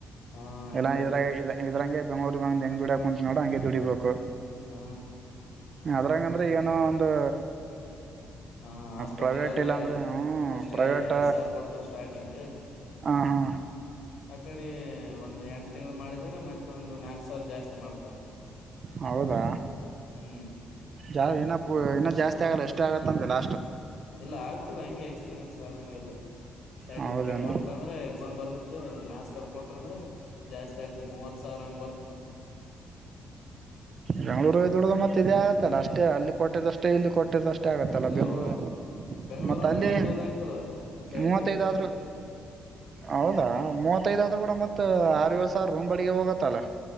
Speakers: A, on the left; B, on the right.
A: ಹಾ ಹಂಗೆ
B: ಇಲ್ಲ ಇದ್ರಾಗ
A: ಅದ
B: ಇದ ಇದ್ರಂಗೆ ಬೆಂಗ್ರು ಹೆಂಗ ದುಡಕ ಕುಂತ ನೋಡ ಹಂಗೆ ದುಡಿಬೇಕು
A: ಹಾ
B: ಅದ್ರಂಗಂದ್ರೆ ಏನೋ ಒಂದು
A: ಹಾ ಹಾಸ್ಪಿಟ್ಲ್ಗೆ
B: ಪ್ರೈವೇಟ್
A: ಹೋದ್ರೆ
B: ಇಲ್ಲಾಂದ್ರೆ ಹ್ಮ್
A: ಫಸ್ಟ್ಗೆ
B: ಪ್ರೈವೇಟ್
A: ಐದ್ ಸಾವಿರ ಕೊಡ್ತಾರ ಸ್ಟಾರ್ಟಿಂಗ್
B: ಹ ಹಾ
A: ಆ ಕಡೆ ಒಂದಂದು ಎಂಟು ತಿಂಗ್ಗಳು ಮಾಡಿದಾರ ಮತ್ತೆ ಒಂದು ನಾಲ್ಕ್ು ಸಾವಿರ ಜಾಸ್ತಿ ಮಾಡ್ತಾರ
B: ಹೌದಾ
A: ಹ್ಮ್
B: ಜಾ ಇನ್ನ ಪು ಜಾಸ್ ಷ್ಟೇ ಎಷ್ಟ ಆಗತ್ತ ಅಂತಲ.
A: ಇಲ್ಲ ಆಗ್ತದೆ ಹಂಗೆ ಎಕ್ಸ್ಪೀರಿಯನ್ಸ್ಂಗೆ ಎಲ್ಲ ಸರ್ಟಿಫಿಕೇಟ್
B: ಹೌದೇನು
A: ಬಂತ ಅಂದ್ರೆ ಎಕ್ಸಾಮ್ ಬರ್ದ ಮಾರ್ಕ್ಸ್ ಕಟ್ಟಕ ಕೊಟ್ರ ಅಂದ್ರೆ ಜಾಸ್ತಿ ಆಗ್ತದ ಮೂವತ್ ಸಾವ್ರ ಹಂಗ್ ಬರ್
B: ಬೆಂ್ಗಳೂರು ದುಡುದು ಮತ್ತೆ ಇದೇ ಆಗತ್ತಲ್ಲ ಅಷ್ಟೇ ಅಷ್ಟೇ ಅಲ್ಲಿ ಕೊಟ್ಟದಷ್ಟೇ ಇಲ್ಲಿ ಕೊಟ್ಟದಷ್ಟೇ ಅಷ್ಟ ಆಗತ್ತಲ್ಲ
A: ಇಲ್ಲೋ
B: ಬೆಂಗಳೂರು
A: ಬೆಂಗ್ಳೂರ
B: ಮತ್ತ ಅಲ್ಲಿ
A: ಮೂವತ್ತೈದ್ ಆಗ್ತದ ಸರ್ಟಿಫಿಕೇಟ್
B: ಮೂವತ್ತೈದ
A: ಇದ್ರ
B: ಆದ್ರು ಹೌದಾ ಮೂವತ್ತೈದ ಆದ ಕೂಡ ಮತ್ತತ್ ಆರುಸ ರೂಮ್ ಬಳಿಗೆ ಹೋಗತ್ತಲ್ಲ